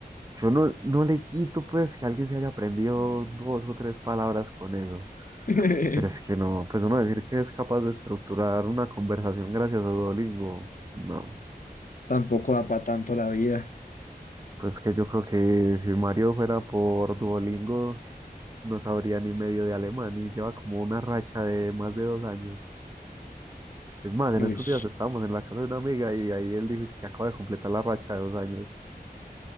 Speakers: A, on the right; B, on the left.
A: Yo no, no le quito pues que alguien se haya aprendido dos o tres palabras con eso.
B: <laughs>
A: Pero es que no, pues uno decir que es capaz de estructurar una conversación gracias a Duolingo, no.
B: Tampoco da para tanto la vida.
A: Pues que yo creo que si Mario fuera por Duolingo, no sabría ni medio de alemán y lleva como una racha de más de dos años. Es más, en
B: Uy.
A: estos días estábamos en la casa de una amiga y ahí él dijo "Es que acaba de completar la racha de dos años.